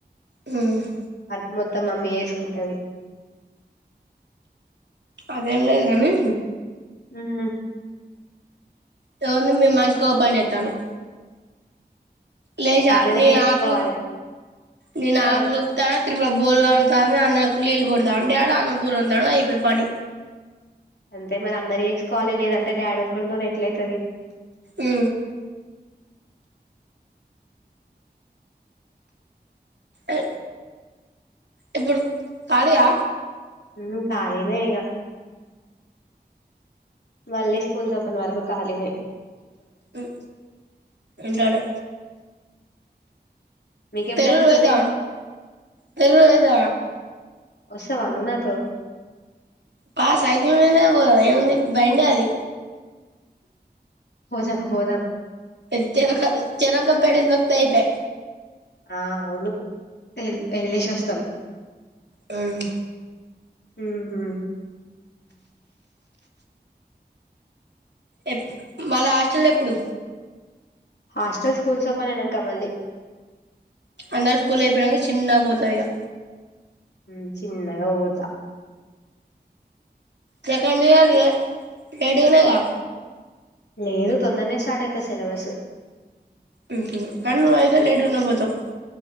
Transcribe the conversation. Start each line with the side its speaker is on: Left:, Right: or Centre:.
Right: హ్మ్
Left: వర్క్ మొత్తం మమ్మీ యేసుకుంటది
Right: అదేం లేద్గానీ
Left: ఊ
Right: తోంది మేం మంచికో పాన్జేత్తన్నాం లేచి
Left: అట్లనే
Right: ఆ నేన్
Left: చేసుకోవాలి
Right: ఆక్లు నేను
Left: ఆ
Right: ఆకులుప్త త్రిపుర బోలు కడుగుతాంది. అన్నయ్య నీళ్ళు కొడతాండ్. డాడీ అన్నం కూర వోన్తాడు. అయిపే పని
Left: అంటే మరందర్ చేసుకోవాలే. లేదంటే డాడీ ఒక్కతోన్ ఎట్లైతది
Right: ఉ ఏ ఇప్పుడు కాలియా
Left: ఊ కాలినే ఇగా మళ్ళీ స్కూల్స్ ఓపెన్ వరకు ఖాలీనే
Right: హ్ ఇంట్లోనే
Left: మీకెప్పుడైపోతున్నాయి
Right: తర్రూర్ పోయిద్ద తర్రూర్ పోయిద్ద
Left: వస్తావా నువ్వు నాతో
Right: పా సైకిల్ మిందే పోదాం. ఏముంది బండది
Left: పో జెప్పు పోదాం
Right: ఎ చెరొక చెరొక్క పెడల్ తొక్తే ఐపే
Left: ఆ అవును ఎల్ ఏలేశోస్తం
Right: హు
Left: ఉహు
Right: ఎప్ మల్ల హాస్టల్ ఎప్పుడు
Left: హాస్టల్ స్కూల్స్ ఓపనైనంక మళ్ళీ
Right: అందరు స్కూల్ అయిపేనంక చిన్నగా పోతరీగా
Left: హ్మ్ చిన్నగా పోతా
Right: సెకండ్ ఇయర్ లే లేటుగానే గా
Left: లేదు తొందరనే స్టార్టైతది సిలబసు
Right: ఉ హూ కానీ నువ్వైతే లేటుగానే పోతావ్